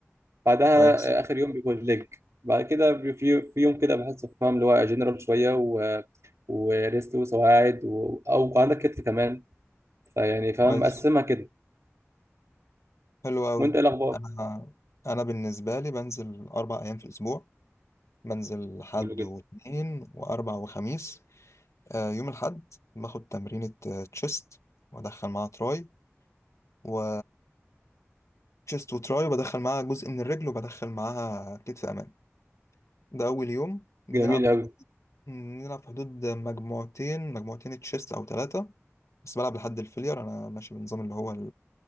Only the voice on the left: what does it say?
كويس
كويس
حلو قوي
انا انا بالنسبه لي بنزل اربع ايام في الاسبوع بنزل حد
واثنين واربع وخميس آه يوم الحد باخد تمرينة آه، تشيست وادخل معاها تراي و تشيست وتراي وبدخل معاها جزء من الرجل وبدخل معاها كتف امامي ده اول يوم بنلعب
بنلعب في حدود مجموعتين مجموعتين تشيست او ثلاثه بس بلعب لحد الفيلير انا ماشي بالنظام اللي هو